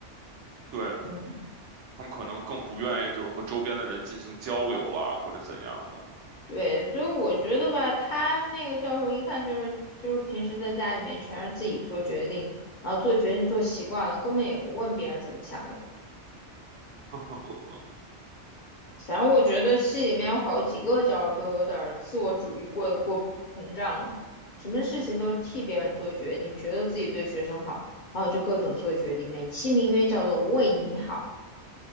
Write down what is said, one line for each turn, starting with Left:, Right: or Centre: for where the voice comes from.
Right: 对，
Left: 嗯，
Right: 他们可能更不愿意就是和周边的人进行交流啦，或者怎样的。
Left: 对，所以我觉得吧，他那个教授一看就是就是平时在家里面全是自己做决定，然后做决定做习惯了，根本也不问别人怎么想的。
Right: <laughs>
Left: 反正我觉得戏里面有好几个角儿都有点儿自我主义过过膨胀什么事情都替别人做决定，觉得自己对学生好，然后就各种做决定，美其名曰叫做为你好。